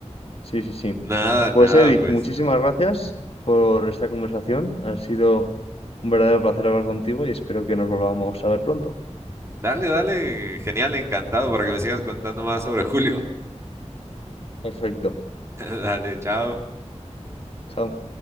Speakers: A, on the left; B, on the right.
A: sí, sí, sí.
B: Nada,
A: Pues
B: nada,
A: Eric,
B: pues.
A: muchísimas gracias por esta conversación. Ha sido un verdadero placer hablar contigo y espero que nos volvamos a ver pronto.
B: Dale, dale, genial, encantado para que me sigas contando más sobre Julio.
A: Perfecto.
B: <laughs> Dale, chao.
A: Chao.